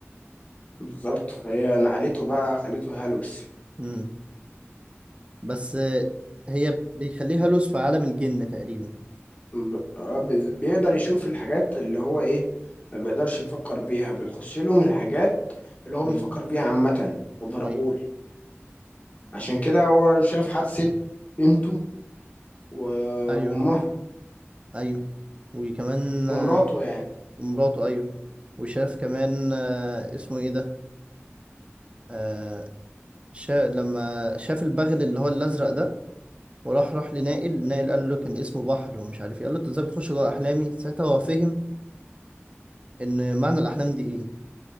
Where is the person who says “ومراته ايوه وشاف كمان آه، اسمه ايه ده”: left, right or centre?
Right